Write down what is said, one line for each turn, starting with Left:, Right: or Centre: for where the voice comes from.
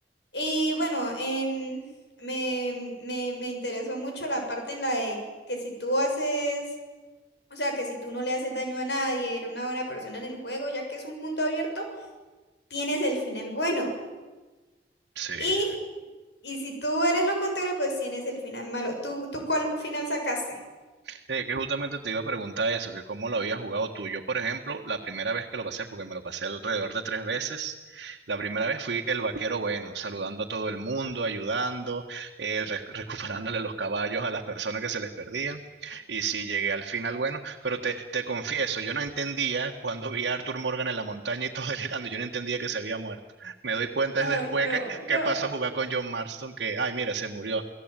Left: Y bueno, en, me, me, me interesó mucho la parte en la de que si tú haces o sea, que si tú no le haces daño a nadie, eres una buena persona en el juego, ya que es un mundo abierto, tienes el final bueno.
Right: Sí.
Left: Y, y si tú eres lo contrario, pues tienes el final malo. ¿Tú, tú cuál final sacaste?
Right: Sí, que justamente te iba a preguntar eso, que cómo lo habías jugado tú. Yo, por ejemplo, la primera vez que lo pasé, porque me lo pasé alrededor de tres veces, la primera vez fui el vaquero bueno, saludando a todo el mundo, ayudando, eh, re- recuperándole los caballos a las personas que se les perdían. Y sí, llegué al final bueno, pero te, te confieso, yo no entendía cuando vi a Arthur Morgan en la montaña y todo <laughs> delirando, yo no entendía que se había muerto. Me doy cuenta
Left: Ay,
Right: es después
Left: no,
Right: que,
Left: no,
Right: que pasó a jugar con John Marston, que, ay, mira, se murió.